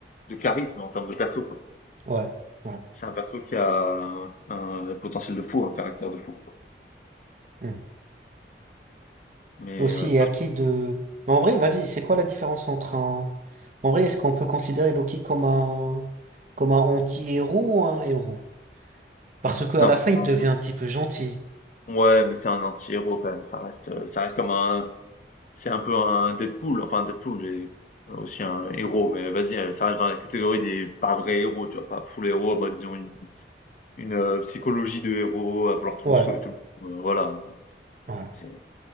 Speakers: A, on the left; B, on the right.
A: de charisme, en termes de perso, quoi.
B: ouais, ouais. ouais.
A: C'est un perso qui a un, un potentiel de fou, un caractère de fou, quoi.
B: Hmm.
A: Mais,
B: Aussi,
A: ouais,
B: et
A: pff,
B: à qui de... En vrai, vas-y, c'est quoi la différence entre un... En vrai, est-ce qu'on peut considérer Loki comme un... comme un anti-héros ou un héros? Parce qu'à
A: non,
B: la fin, il
A: euh,
B: devient un petit peu gentil.
A: ouais, mais c'est un anti-héros, quand même. Ça reste, euh, ça reste comme un, C'est un peu un Deadpool, enfin Deadpool est aussi un héros, mais vas-y, euh, ça reste dans la catégorie des pas vrais héros, tu vois, pas full héros, bah, disons une, une, euh, psychologie de héros à vouloir toujours
B: Ouais,
A: sauver tout le monde. Euh, voilà,
B: ouais,
A: c'est